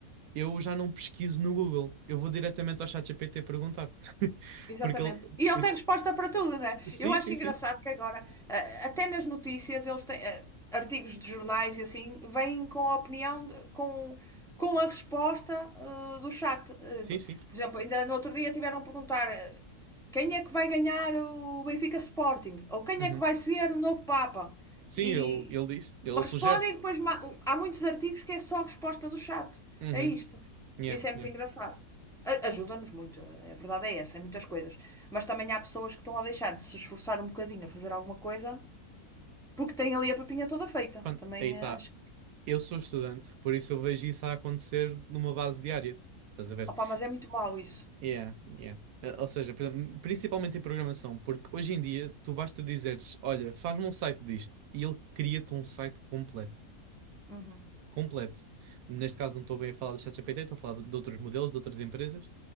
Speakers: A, on the right; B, in the centre.
A: eu já não pesquiso no Google. Eu vou diretamente ao ChatGPT perguntar. <laughs>
B: Exatamente.
A: Porque ele.
B: E ele
A: porque-
B: tem resposta para tudo, né?
A: Sim,
B: Eu acho
A: sim,
B: engraçado
A: sim.
B: que agora, eh, até nas notícias, eles têm eh, artigos de jornais e assim, vêm com a opinião, de- com, com a resposta eh, do chat. Eh,
A: Sim, sim.
B: por exemplo, ainda no outro dia tiveram a perguntar eh, quem é que vai ganhar o Benfica Sporting? Ou quem
A: Uhum.
B: é que vai ser o novo Papa?
A: Sim,
B: E.
A: ele, ele diz. Ele
B: Respondem
A: sugere.
B: e depois ma- há muitos artigos que é só resposta do chat
A: Uhum.
B: a isto.
A: Yeah,
B: Isso é muito
A: yeah.
B: engraçado. A- Ajuda-nos muito, a verdade é essa, em muitas coisas. Mas também há pessoas que estão a deixar de se esforçar um bocadinho a fazer alguma coisa porque têm ali a papinha toda feita.
A: Pronto,
B: Também
A: aí está.
B: eh, acho. que.
A: Eu sou estudante, por isso eu vejo isso a acontecer numa base diária. Estás a ver?
B: Opá, mas é muito mau isso.
A: Yeah, yeah. Eh, Ou seja, por exemplo, principalmente em programação, porque hoje em dia tu basta dizeres: Olha, faz-me um site disto, e ele cria-te um site completo.
B: Uhum.
A: completo. Neste caso não estou bem a falar do ChatGPT, estou a falar de, de outros modelos, de outras empresas,